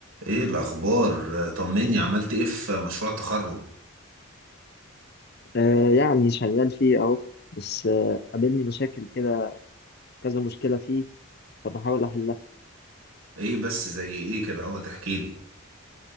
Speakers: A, on the right (about 75°); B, on the left (about 50°).
A: ايه الاخبار طمني عملت ايه في مشروع تخرج
B: آه يعني شغال فيه أهو بس آه قابلني مشاكل كده كذا مشكلة فيه فبحاول أحلها
A: ايه بس زي ايه كده هو تحكي لي